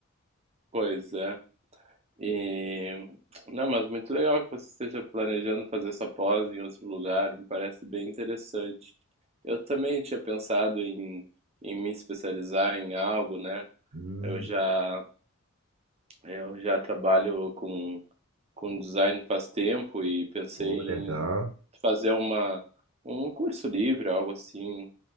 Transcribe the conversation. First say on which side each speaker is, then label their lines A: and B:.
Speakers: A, on the right (about 30°); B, on the right (about 75°).
A: Pois é. E. Não, mas muito legal que você esteja planejando fazer essa pós em outro lugar, me parece bem interessante. Eu também tinha pensado em, em me especializar em algo, né?
B: Hum,
A: Eu já, eu já trabalho com com design faz tempo e pensei
B: pô,
A: em
B: legal.
A: fazer uma, um curso livre, algo assim,